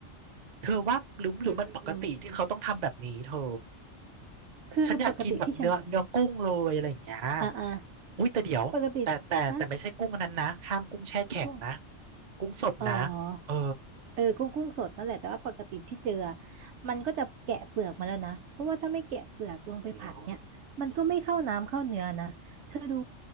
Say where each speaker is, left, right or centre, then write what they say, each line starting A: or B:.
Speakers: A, on the right; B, on the right.
A: เธอว่าหรือหรือมันปกติที่เขาต้องทำแบบนี้เธอ
B: อืมอืมอืมคือปกติที่ฉัน
A: ฉันอยากกินแบบเนื้อเนื้อกุ้งเลยอะไรอย่างเงี้ย
B: อ่าอ่า
A: อุ้ยแต่เดี๋ยวแต่แต่แต่ไม่ใช่กุ้งอันนั้นนะห้ามกุ้งแช่แข็งนะ
B: ปกติฮะกุ้ง
A: กุ้งสดนะ
B: อ๋อ
A: เออ
B: เออกุ้งกุ้งสดนั่นแหละแต่ว่าปกติที่เจออะมันก็จะแกะเปลือกมาแล้วนะเพราะว่าถ้าไม่แกะเปลือกลงไปผัดเนี่ยมันก็ไม่เข้าน้ำเข้าเนื้อนะเธอดู
A: เหรอ